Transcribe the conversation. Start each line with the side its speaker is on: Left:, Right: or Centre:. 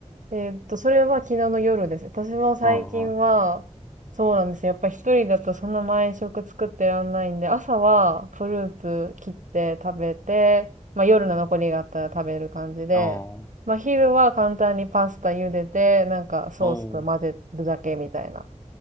Right: えーっと、それは昨日の夜です。私も最近は、
Left: はいはい。
Right: そうなんですよ。やっぱり一人だとそんな毎食作ってらんないんで、朝はフルーツ切って食べて、まあ夜の残りがあったら食べる感じで、
Left: ああ
Right: まあ昼は簡単にパスタ茹でて、なんかソースと混ぜるだけみたいな。
Left: おー、